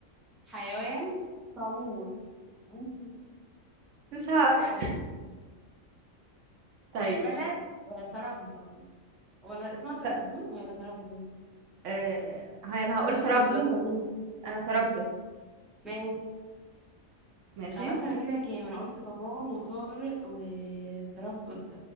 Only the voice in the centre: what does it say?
حيوان طاووس وانتي
قوي
آه بلد آه طرابزون ولا اسمها طرابزون
ولا طرابزون
دي
في تركيا يا بنتي
ماشي
خلاص انا كده كام انا قلت طمان وطارق وطراب وط-